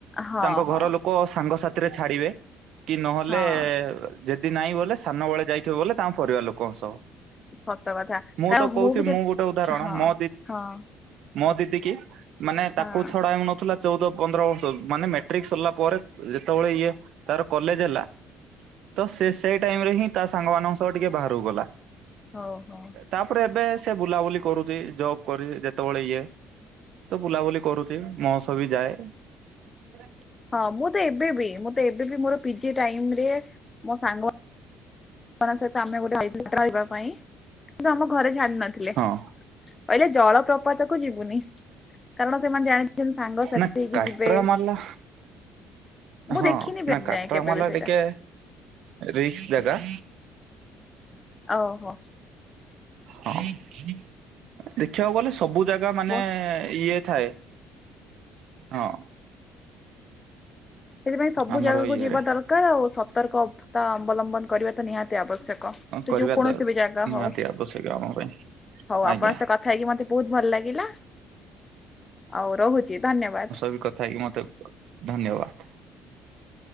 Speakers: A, on the left; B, on the right.
A: ହଁ
B: ତାଙ୍କ
A: ହଁ
B: ଘର ଲୋ ଲୋକ ସାଙ୍ଗସଥିରେ ଛାଡିବେ କି ନହେଲେ
A: ହଁ।
B: ଯେ ଯଦି ନାହିଁ ବଲେ ସାନବେଳେ ଯାଇଥିବ ବଲେ ତାଙ୍କ ପରିବାର ଲୋକଙ୍କ ସହ।
A: ସତ କଥା
B: ମୁଁ
A: କାରଣ
B: ତ କହୁଛି
A: ବି ଯେ
B: ମୁଁ ଗୋଟେ ଉଦାହରଣ
A: ହଁ
B: ମୋ ଦି
A: ହଁ
B: ମୋ ଦିଦି କିି ମାନେ
A: ହଁ
B: ତାକୁ ଛଡା ହେଉ ନଥିଲା ଚଉଦ ପନ୍ଦର ବର୍ଷ ମାନେ ମାଟ୍ରିକ ସରିଲା ପରେ ଯେତେବେଳେ ଇଏ ତାର କଲେଜ ହେଲା। ତ ସେ ସେଇ ଟାଇମ୍ ରେ ହିଁ ତା ସାଙ୍ଗ ମାନଙ୍କ ସହ ଟିକେ ବାହାରକୁ ଗଲା।
A: ହଉ ହଉ।
B: ତାପରେ ଏବେ ସେ ବୁଲାବୁଲି କରୁଛି ଜବ୍ କରି ଯେତେବେଳେ ଇଏ ତ ବୁଲାବୁଲି କରୁଛି ମୋ ସହ ବି ଯାଏ। <unintelligible>
A: ହଁ ମୁଁ ତ ଏବେ ବି ମୁଁ ତ ଏବେ ବି ମୋର ପିଜି ଟାଇମୂ ରେ ମୋ ସାଙ୍ଗ ମା ନଙ୍କ ସହିତ ଆମେ ଗୋଟେ ପାଇଁ କିନ୍ତୁ ଆମ ଘରେ ଜାଣିନଥିଲେ।
B: ହଁ
A: କହିଲେ ଜଳ ପ୍ରପାତକୁ ଯିବୁନି କାରଣ ସେମାନେ ଜାଣି ଛନ୍ତି ସାଙ୍ଗସାଥି
B: ନା
A: ହେଇକି
B: କାଟ୍ରାମାଲା
A: ଯିବେ। ମୁଁ
B: ହଁ
A: ଦେଖିନି ବି
B: ନା
A: ଆଜି
B: କାଟର
A: ଯାଏଁ କେବେ
B: ମାଲା
A: ବି ସେଇଟା
B: ଟିକେ ରିକ୍ସ୍ ଜାଗା
A: ଓହୋ।
B: ହଉ। ଦେଖିବାକୁ ଗଲେ ସବୁ ଜାଗା ମାନେ
A: ହଁ
B: ଇଏ ଥାଏ। ହଁ।
A: ସେଥିପାଇଁ ସବୁ
B: ଆମର
A: ଜାଗାକୁ
B: ଇଏରେ
A: ଯିବା ଦରକାର ଆଉ ସତର୍କତା ଅବଲମ୍ବନ କରିବା ତ ନିହାତି ଆବଶ୍ୟକ। କ
B: କରିବା
A: ଯୋଉ କୌଣସି
B: ଦର
A: ବି ଜାଗା
B: ନିହାତି
A: ହଉ ହଉ
B: ଆବଶ୍ୟକ ଆମ ପାଇଁ
A: ଆପଣଙ୍କ
B: ଆଜ୍ଞା
A: ସ କ ଥା ହେଇକି ମତେ ବହୁତ୍ ଭଲ ଲାଗିଲା ଆଉ ରହୁଛି ଧନ୍ୟବାଦ୍।
B: ମୁଁ କଥା ହେଇକି ମତେ ଧନ୍ୟବାଦ୍।